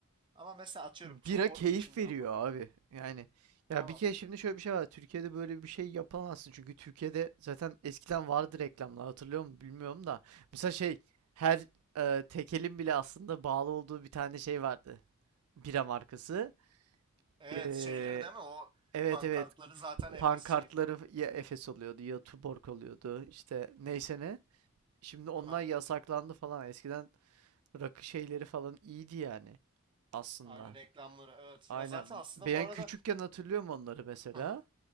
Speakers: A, on the right; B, on the right.
A: Ama mesela atıyorum
B: bira
A: Tuborg
B: keyif
A: için
B: veriyor
A: ne yapardın?
B: abi. Yani ya
A: Tamam.
B: bir kere şimdi şöyle bir şey var. Türkiye'de böyle bir şey yapamazsın. Çünkü Türkiye'de zaten eskiden vardı reklamlar hatırlıyor musun bilmiyorum da. Mesela şey her e, tekelin bile aslında bağlı olduğu bir tane şey vardı. Bira markası.
A: Evet
B: Ee,
A: şeyleri değil mi? O
B: evet
A: pankartları
B: evet
A: zaten Efes
B: pankartları
A: şeyi falan.
B: ya Efes oluyordu ya Tuborg oluyordu işte neyse ne. Şimdi onlar
A: Aha.
B: yasaklandı falan. Eskiden rakı şeyleri falan iyiydi yani aslında.
A: Aynen reklamları evet.
B: Aynen.
A: Ya zaten aslında
B: Ben
A: bu arada
B: küçükken hatırlıyorum onları mesela.
A: Hı hı.